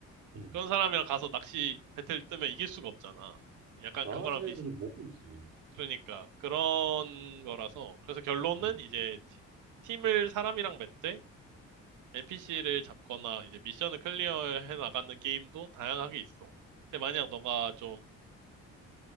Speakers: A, on the right; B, on the right.
A: 응.
B: 그런 사람이랑 가서 낚시 배틀 뜨면 이길 수가 없잖아. 약간
A: 나가는
B: 그거랑
A: 애들은
B: 비슷,
A: 못 비비지.
B: 그러니까 그런 거라서. 그래서 결론은
A: 응.
B: 이제 티- 팀을 사람이랑 맺되 NPC를 잡거나 이제 미션을 클리어해 나가는 게임도 다양하게 있어. 근데 만약 너가 좀,